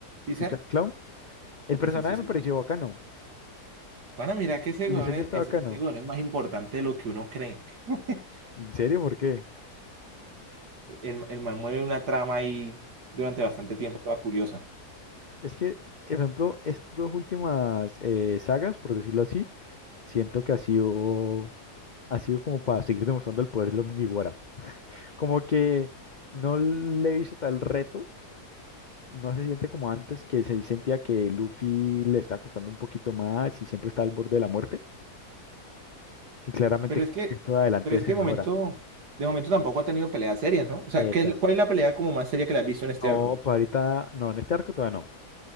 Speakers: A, on the right; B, on the left.
A: Sí,
B: César
A: Sar?
B: Clown. El personaje
A: Sí, sí, sí, sí.
B: me pareció bacano.
A: Van a mirar que ese
B: El
A: weón
B: diseño
A: es,
B: está
A: ese-
B: bacano.
A: ese weón es más importante de lo que uno cree. <laughs>
B: ¿En serio? ¿Por qué?
A: El, el man mueve una trama ahí durante bastante tiempo, toda curiosa.
B: Es que, ejemplo, estas dos últimas eh, sagas, por decirlo así, siento que ha sido, ha sido como para seguir demostrando el poder de los Mugiwara. Como que no le hizo tal reto, no se siente como antes, que se sentía que Luffy le está costando un poquito más y siempre está al borde de la muerte, que claramente
A: Pero es que,
B: esto adelante
A: pero es
B: se
A: que de
B: mejora.
A: momento, de momento tampoco ha tenido peleas serias, ¿no? O sea,
B: Esa.
A: ¿qué es- cuál es la pelea como más seria que la has visto en este
B: No,
A: arco?
B: para ahorita, no, en este arco todavía no,